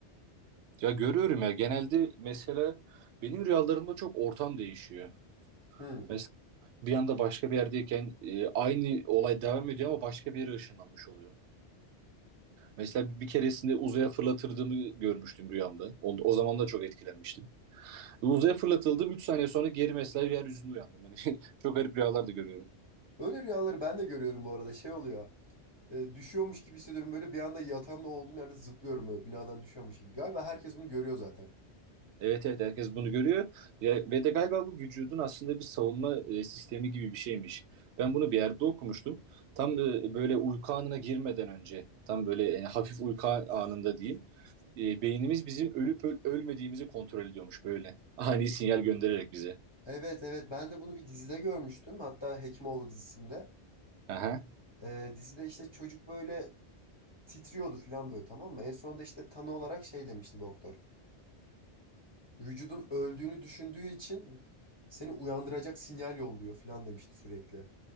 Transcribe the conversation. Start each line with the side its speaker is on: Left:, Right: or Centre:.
Right: Ya görüyorum ya genelde mesela benim rüyalarımda çok ortam değişiyor.
Left: Hmm.
Right: Mesela bir anda başka bir yerdeyken e, aynı olay devam ediyor ama başka bir yere ışınlanmış oluyor. Mesela bir keresinde uzaya fırlatırdığımı görmüştüm rüyamda. O, o zaman da çok etkilenmiştim. Uzaya fırlatıldım. üç saniye sonra geri mesela yeryüzünde uyandım. Yani <laughs> çok garip rüyalar da görüyorum.
Left: Öyle rüyaları ben de görüyorum bu arada. Şey oluyor. e, düşüyormuş gibi hissediyorum. Böyle bir anda yatağımda olduğum yerde zıplıyorum böyle binadan düşüyormuş gibi. Galiba herkes bunu görüyor zaten.
Right: Evet evet herkes bunu görüyor. Ya, ve de galiba bu vücudun aslında bir savunma e, sistemi gibi bir şeymiş. Ben bunu bir yerde okumuştum. Tam e, böyle uyku anına girmeden önce, tam böyle yani hafif uyku anında diyeyim. E, beynimiz bizim ölüp öl- ölmediğimizi kontrol ediyormuş böyle. <laughs> Ani sinyal göndererek bize.
Left: Evet evet ben de bunu bir dizide görmüştüm. Hatta Hekimoğlu dizisinde.
Right: Aha.
Left: Ee, dizide işte çocuk böyle titriyordu falan böyle tamam mı? En sonunda işte tanı olarak şey demişti doktor. Vücudun öldüğünü düşündüğü için seni uyandıracak sinyal yolluyor falan demişti sürekli.